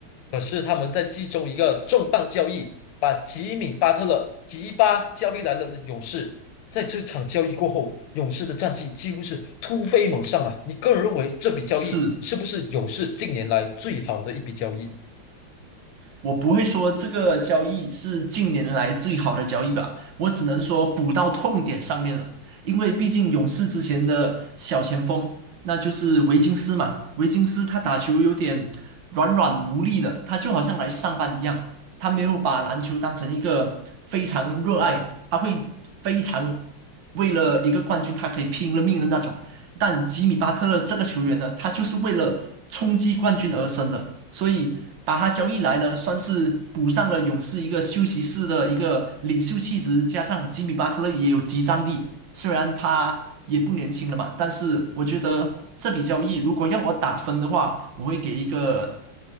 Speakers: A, on the left; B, on the right.
A: 可是他们在季中一个重磅交易，把吉米巴特勒吉巴交易来了的勇士。在这场交易过后，勇士的战绩几乎是突飞猛上啊！你个人认为这笔交易是不是勇士近年来最好的一笔交易？
B: 是我不会说这个交易是近年来最好的交易吧，我只能说补到痛点上面了，因为毕竟勇士之前的小前锋，那就是维金斯嘛，维金斯他打球有点软软无力的，他就好像来上班一样，他没有把篮球当成一个非常热爱，他会非常为了一个冠军，他可以拼了命的那种。但吉米巴特勒这个球员呢，他就是为了冲击冠军而生的，所以把他交易来呢，算是补上了勇士一个休息室的一个领袖气质，加上吉米巴特勒也有集战力，虽然他也不年轻了嘛，但是我觉得这笔交易如果让我打分的话，我会给一个